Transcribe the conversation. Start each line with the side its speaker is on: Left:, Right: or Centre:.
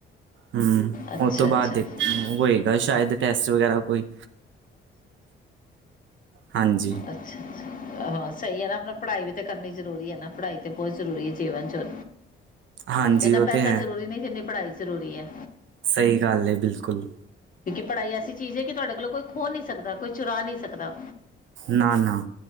Right: ਹੂਂ
Left: ਅੱਛਾ
Right: ਉਹ ਤੋਂ ਬਾਅਦ
Left: ਅੱਛਾ ਅੱਛਾ
Right: ਹੋਏਗਾ ਸ਼ਾਇਦ ਪੈਸ ਵਗੈਰਾ ਕੋਈ ਹਾਂਜੀ।
Left: ਅੱਛਾ-ਅੱਛਾ ਆਹਾਂ ਸਹੀ ਹੈ ਨਾ ਪੜ੍ਹਾਈ ਵੀ ਤਾਂ ਕਰਨੀ ਜ਼ਰੂਰੀ ਹੈ ਨਾ ਪੜ੍ਹਾਈ ਤੇ ਬਹੁਤ ਜ਼ਰੂਰੀ ਹੈ ਜੀਵਨ ਚ
Right: ਹਾਂਜੀ
Left: ਇੰਨਾ
Right: ਉਹ
Left: ਪੈਸਾ
Right: ਤੇ ਹੈ,
Left: ਜ਼ਰੂਰੀ ਨਹੀਂ ਜਿੰਨੀ ਪੜ੍ਹਾਈ ਜ਼ਰੂਰੀ ਹੈ
Right: ਸਹੀ ਗੱਲ ਹੈ ਬਿਲਕੁਲ
Left: ਪੜਾਈ ਐਸੀ ਚੀਜ਼ ਹੈ ਕਿ ਤੁਹਾਡੇ ਕੋਲੋ ਕੋਈ ਖੋ ਨਹੀਂ ਸਕਦਾ ਕੋਈ ਚੁਰਾ ਨਹੀਂ ਸਕਦਾ
Right: ਨਾ ਨਾ